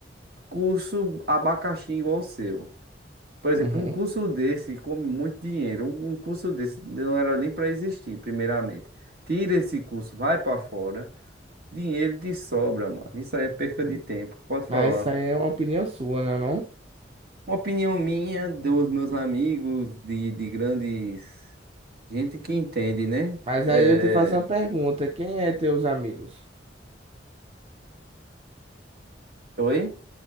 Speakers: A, on the right; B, on the right.
A: curso abacaxi igual o seu. Por exemplo,
B: Uhum.
A: um curso desse come muito dinheiro. Um um curso desse não era nem para existir, primeiramente. Tira esse curso, vai para fora. Dinheiro de sobra, mano. Isso aí é perca de tempo. Pode falar.
B: Mas isso aí é uma opinião sua, né, não?
A: Uma opinião minha, dos meus amigos, de, de grandes. Gente que entende, né?
B: Mas
A: É...
B: aí eu te faço uma pergunta, quem é teus amigos?
A: é, Oi?